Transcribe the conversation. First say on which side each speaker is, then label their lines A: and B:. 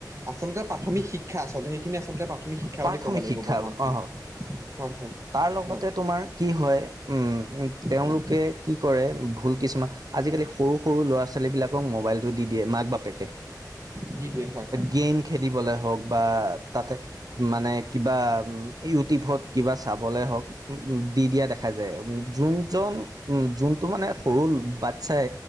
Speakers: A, on the right; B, on the right.
A: আচলতে প্ৰাথমিক শিক্ষা, আচলতে সেইখিনি আচলতে প্ৰাথমিক শিক্ষা
B: প্ৰাথমিক
A: বুলি ক'ব লাগিব
B: শিক্ষা
A: বৰ্তমান সময়ত,
B: অ
A: হয় হয়।
B: তাৰ লগতে,
A: হয়
B: তোমাৰ কি হয়! উম, তেওঁলোকে
A: হয়
B: কি কৰে, ভুল কিছুমান আজিকালি, সৰু-সৰু, ল'ৰা-ছোৱালী বিলাকক মোবাইলটো দি দিয়ে, মাক-বাপেকে।
A: দি দিয়ে, হয়, হয়।
B: গেম খেলিবলে হওঁক বা তাতে মানে, কিবা ইউটিউবত কিবা চাবলে হওঁক, উম, উম! দি দিয়া দেখা যায়। যোনজন, উম! যোনটো মানে, সৰু বাচ্ছাই